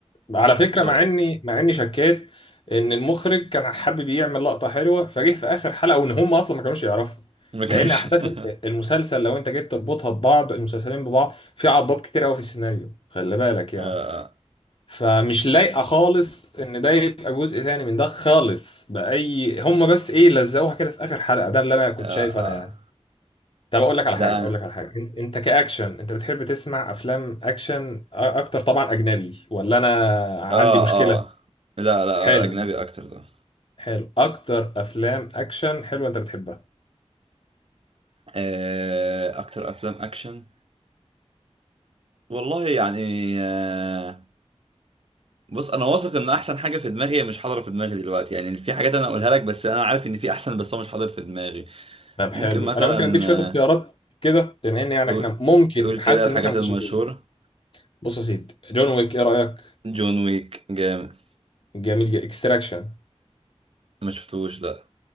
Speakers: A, on the left; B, on the right.
A: على فكره
B: فما
A: مع اني مع اني شكيت ان المخرج كان حابب يعمل لقطه حلوه فجه في اخر حلقه وان هم اصلا ما كانوش يعرفوا
B: كانش
A: لان احداث
B: <laughs> آه
A: المسلسل لو انت جيت تربطها ببعض المسلسلين ببعض في عضات كتير قوي في السيناريو خلي بالك يعني
B: آه
A: فمش لايقه خالص ان ده يبقى جزء تاني من ده خالص باي هم بس ايه لزقوها كده في اخر حلقه ده اللي انا كنت
B: آه
A: شايفه
B: آه.
A: انا يعني طب اقول لك على
B: لا
A: حاجه اقول
B: أنا
A: لك على حاجه إن- انت كاكشن انت بتحب تسمع افلام اكشن أ- اكتر طبعا اجنبي ولا انا عندي
B: آه
A: مشكله
B: آه لا لا
A: حلو
B: أجنبي أكتر ده
A: حلو اكتر افلام اكشن حلوه انت بتحبها
B: آه أكتر أفلام أكشن والله يعني آه بص أنا واثق إن أحسن حاجة في دماغي هي مش حاضرة في دماغي دلوقتي يعني في حاجات أنا أقولها لك بس أنا عارف إن في أحسن بس هو مش حاضر في دماغي
A: طب
B: ممكن
A: حلو
B: مثلا
A: انا ممكن اديك شويه
B: آه،
A: اختيارات كده بما ان يعني
B: قول
A: احنا ممكن
B: قول كده
A: حاسس
B: الحاجات
A: ان احنا متشابهين
B: المشهورة
A: بص يا سيدي جون ويك ايه رايك
B: جون ويك جامد
A: جميل جدا اكستراكشن
B: ما شفتوش لا